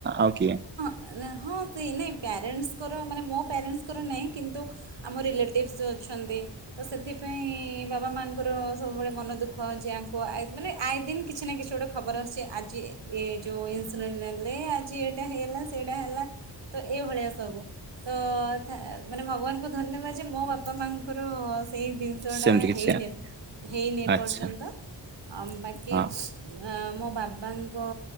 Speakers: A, on the right; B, on the right.
A: ଆଉ କିଏ?
B: ଆଁ ନା ହଁ ସେ ନାଇଁ ପ୍ୟାରେଣ୍ଟସ୍ ଙ୍କ ମାନେ ମୋ ପ୍ୟାରେଣ୍ଟସ୍ ଙ୍କର ନାଇଁ କିନ୍ତୁ ଆମ ରିଲେଟିଭ୍ସ ଯେଉଁ ଅଛନ୍ତି। ତ ସେଥିପାଇଁ ବାବା ମାଆଙ୍କର ସବୁବେଳେ ମନ ଦୁଃଖ ଯେ ଆଙ୍କୁ ଆଇ ମାନେ ଆଇ ଦିନ କିଛି ନା କିଛି ଗୋଟେ ଖବର ଆସୁଛି ଆଜି ଏ ଯୋଉ ଇନ୍ସୁଲିନ ନେଲେ ଆଜି ଏଇଟା ହେଇଗଲା ସେଇଟା ହେଲା। ତ ଏଇଭଳିଆ ସବୁ। ତ ମାନେ ଭଗବାନଙ୍କୁ ଧନ୍ୟବାଦ ଯେ ମୋ ବାପା ମାଆଙ୍କର ସେଇ ଜିନିଷଟା
A: ସେମିତି କିଛି
B: ହେଇନି ଏ ହେଇନି ଏପର୍ଯ୍ୟନ୍ତ
A: ଆଚ୍ଛା
B: ଆଉ ବାକି
A: ହଁ
B: ଆଁ ମୋ ବା ବାପା ଙ୍କ